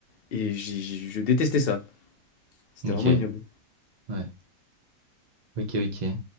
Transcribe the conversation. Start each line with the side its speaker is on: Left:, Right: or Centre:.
Left: Et j'ai- j'ai- je détestais ça. C'était
Right: Ok,
Left: vraiment ignoble.
Right: ouais. Ok, ok.